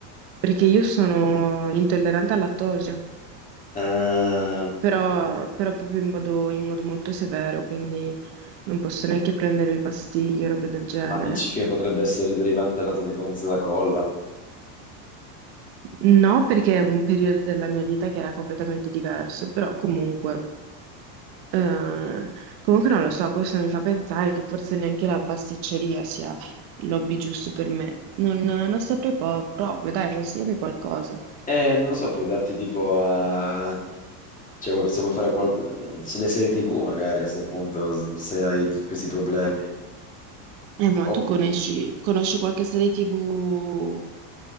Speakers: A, on the right; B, on the left.
A: perché io sono intollerante al lattosio
B: Eh,
A: però, però proprio in modo, in modo molto severo, quindi non posso neanche prendermi pastiglie o robe del genere.
B: ma dici che potrebbe essere derivante dalla tua dipendenza da colla?
A: No, perché è un periodo della mia vita che era completamente diverso, però comunque, eh, comunque non lo so, questo mi fa pensare che forse neanche la pasticceria sia il lobby giusto per me. Non, non saprei po- proprio, dai, consigliami qualcosa.
B: Eh, non lo so, puoi darti tipo a... Cioè, vuoi- se vuoi fare qual... se le serie TV magari a questo punto, s- se hai tutti questi problemi.
A: Eh, ma
B: O-
A: tu conosci, conosci qualche serie TV